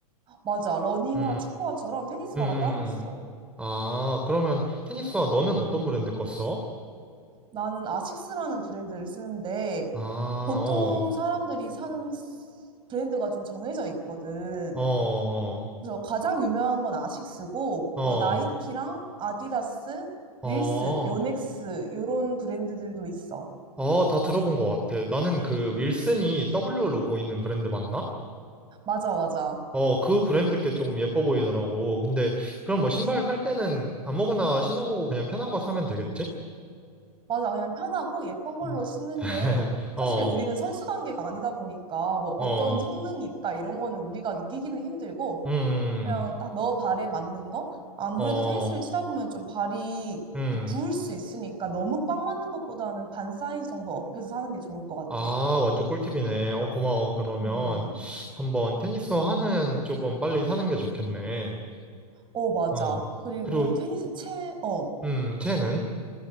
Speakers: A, on the right; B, in the centre.
A: 맞아. 러닝화,
B: 음,
A: 축구화처럼 테니스화가
B: 음, 음.
A: 따로 있어.
B: 음. 아, 그러면 테니스화 너는 어떤 브랜드 거 써?
A: 나는 아식스라는 브랜드를 쓰는데
B: 아,
A: 보통
B: 어,
A: 사람들이 사는 스- 브랜드가 좀 정해져 있거든.
B: 어,
A: 그래서 가장 유명한 건 아식스고
B: 어,
A: 뭐 나이키랑 아디다스,
B: 어,
A: 윌슨, 요넥스 요런 브랜드들도 있어.
B: 어, 다 들어본 것 같아. 나는 그 윌슨이 W 로고 있는 브랜드 맞나?
A: 맞아, 맞아.
B: 어, 그 브랜드 게 조금 예뻐 보이더라고. 근데 그럼 뭐 신발 살 때는 아무거나 신어보고 그냥 편한 거 사면 되겠지?
A: 맞아. 그냥 편하고 예쁜 걸로
B: 음.
A: 신는
B: <laughs>
A: 게
B: 어,
A: 사실 우리는 선수 단계가 아니다 보니까 뭐 어떤
B: 어,
A: 성능이 있다 이런 거는 우리가 느끼기는 힘들고
B: 음,
A: 그냥
B: 음,
A: 딱 너 발에 맞는 거? 아무래도
B: 음, 어,
A: 테니스를 치다 보면 좀 발이
B: 음.
A: 이렇게 부을 수 있으니까 너무 꽉 맞는 것보다는 반 사이즈 정도 업해서 사는 게 좋을 것 같아.
B: 아, 완전 꿀팁이네. 어, 고마워. 그러면
A: 음.
B: 한번 테니스 화는 조금 빨리 사는 게 좋겠네.
A: 어, 맞아.
B: 어,
A: 그리고
B: 그리고,
A: 테니스 채, 어,
B: 음, 채는?